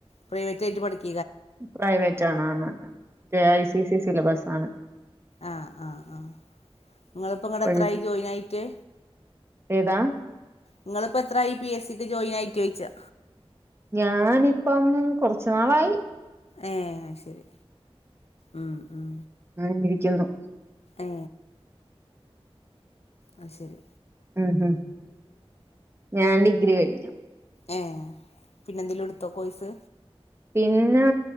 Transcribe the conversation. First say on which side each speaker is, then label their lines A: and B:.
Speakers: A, on the left (about 80°); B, on the right (about 25°).
A: പ്രൈവറ്റ് ആയി പഠിക്ക
B: പ്രൈവറ്റ് ആണ് കെഐ സി സി സിലബസ് ആണ്
A: ആഹ ആഹ ആഹ് നിങ്ങളിപ്പോ ഇങ്ങടെ
B: അപ്പഴ്
A: എത്രായി ജോയി നാ യിട്ട്
B: ഏതാ
A: നിങ്ങളിപ്പോ എത്രായി പി എസിക്ക് ജോയിനായിട്ടോച്ചയ
B: ഞാനിപ്പം കൊറച്ചു നാളായി
A: ഏ ശെരി ഉം ഉം
B: ആ ഇരിക്കുന്നു
A: ഏ അത് ശെരി
B: ഉം ഉം ഞാൻ ഡിഗ്രി കഴിഞ്ഞു
A: ഏ പിന്നെ എന്തെലും എടുത്തോ കോഴ്സ്
B: പിന്നാ